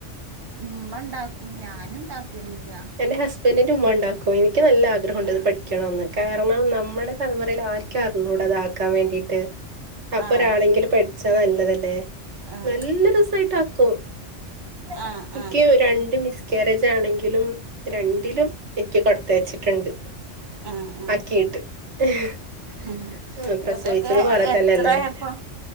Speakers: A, on the right; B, on the right.
A: മ്മ ണ്ടാക്കും ഞാന്ണ്ടാക്കല്‌ല്ല.
B: എന്റെ ഹസ്ബന്റിന്റുമ്മാ ണ്ടാക്കു എനിക്ക് നല്ല ആഗ്രഹൊണ്ട്
A: ആഹ്
B: ത് പഠിക്കണോന്ന് കാരണം നമ്മള് ത്തലമുറയിലാരിക്കർഞ്ഞൂട താക്കാം വേണ്ടിട്ട്. അപ്പൊരാളെങ്കില്
A: ആഹ്
B: പഠിച്ചാ നല്ലതല്ലേ?
A: ആഹ്
B: നല്ല രസായിട്ടാക്കു
A: ആഹ്
B: നിക്ക്യു
A: ആഹ്
B: രണ്ട് മിസ്‌കേരേജാണെങ്കിലും രണ്ടിലും എൻക്കി കൊട്ത്തയച്ച്ട്ട്‌ണ്ട്
A: ആഹ് ആഹ്
B: അക്കീട്ട് ങ് ഹ്
A: ആഹ്
B: ആ പ്രസവിച്ചതു
A: ഇതൊക്കെ
B: പോല തെന്നെല്ലേ
A: എത്രയപ്പ എത്ര ഇപ്പം